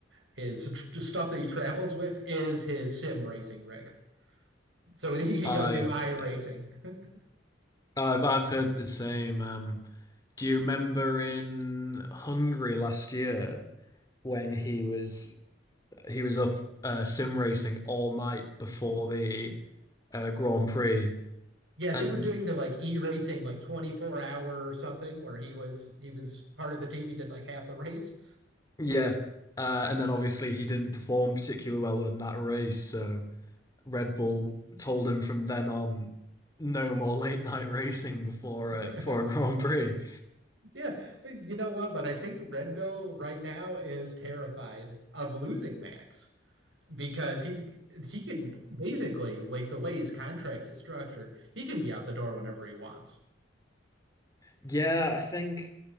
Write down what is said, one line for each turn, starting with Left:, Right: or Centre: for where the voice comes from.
Right: his tr stuff that he travels with is his sim racing rig. So
Left: <laughs>
Right: he can
Left: I've
Right: go do i racing.
Left: yeah.
Right: <laughs>
Left: I've I've heard the same. Um, do you remember in Hungary last year when he was he was up uh, sim racing all night before the uh, Grand Prix
Right: Yeah, they
Left: and
Right: were doing the like e-racing like 24 hour or something where he was he was part of the team, he did like half the race.
Left: yeah, uh, and then obviously he didn't perform particularly well in that race, so Red Bull told him from then on, no more late night racing before
Right: <laughs>
Left: uh, before a Grand Prix.
Right: Yeah, but you know what? But I think Red Bill right now is terrified of losing Max because he's he can basically like the way his contract is structured, he can be out the door whenever he wants.
Left: Yeah, I think